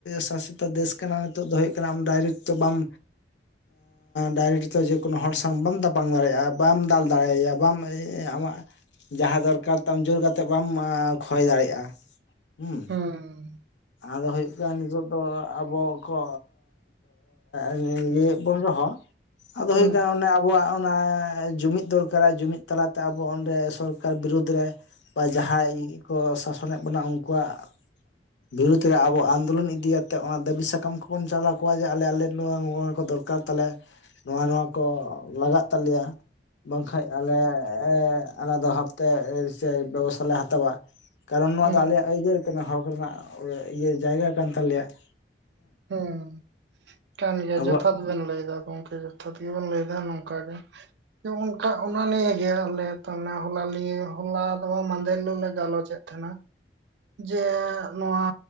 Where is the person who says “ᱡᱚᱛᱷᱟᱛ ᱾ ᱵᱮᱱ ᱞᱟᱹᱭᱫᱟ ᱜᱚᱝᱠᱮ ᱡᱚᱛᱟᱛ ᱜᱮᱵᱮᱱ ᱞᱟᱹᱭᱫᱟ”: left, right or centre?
Right